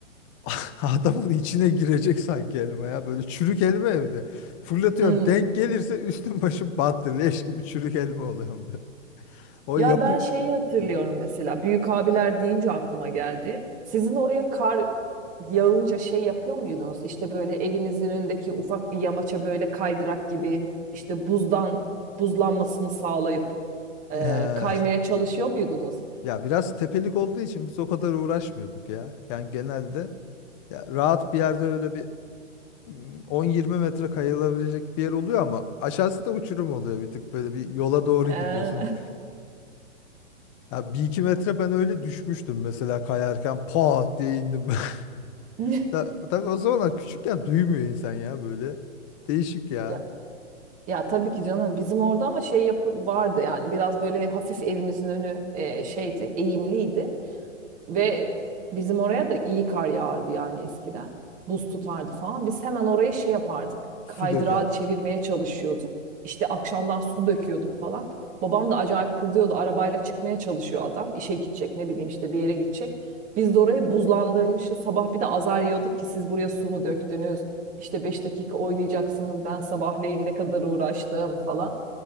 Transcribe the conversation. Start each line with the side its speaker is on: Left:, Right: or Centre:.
Left: <laughs> adamın içine girecek sanki elma ya. Böyle çürük elma evde. Fırlatıyorsun
Right: Hmm.
Left: denk gelirse üstün başın battı. Leş gibi çürük elma oluyor. böyle. O
Right: Ya
Left: yapı
Right: ben şeyi hatırlıyorum mesela. Büyük abiler deyince aklıma geldi. Sizin oraya kar yağınca şey yapıyor muydunuz? İşte böyle evinizin önündeki ufak bir yamaça böyle kaydırak gibi işte buzdan buzlanmasını sağlayıp e,
Left: Eee,
Right: kaymaya çalışıyor muydunuz?
Left: ya biraz tepelik olduğu için biz o kadar uğraşmıyorduk ya. Yani genelde ya rahat bir yerde öyle bir m, 10-20 metre kayılabilecek bir yer oluyor ama aşağısı da uçurum oluyor bir tık böyle bir yola doğru
Right: Ee,
Left: gidiyorsun. Ya bir iki metre ben öyle düşmüştüm mesela kayarken pat diye indim.
Right: <laughs>
Left: <laughs> Ta- Tabii o zamanlar küçükken duymuyor insan ya böyle. Değişik ya.
Right: Ya Ya tabii ki canım bizim orada ama şey yapı vardı yani biraz böyle hafif evimizin önü e, şeydi eğimliydi. Ve bizim oraya da iyi kar yağardı yani eskiden. Buz tutardı falan. Biz hemen orayı şey yapardık. Kaydırağı
Left: Su döker.
Right: çevirmeye çalışıyorduk. İşte akşamdan su döküyorduk falan. Babam da acayip kızıyordu. Arabayla çıkmaya çalışıyor adam. İşe gidecek ne bileyim işte bir yere gidecek. Biz de orayı buzlandırmışız. Sabah bir de azar yiyorduk ki siz buraya su mu döktünüz? İşte 5 dakika oynayacaksınız. Ben sabahleyin ne kadar uğraştım falan.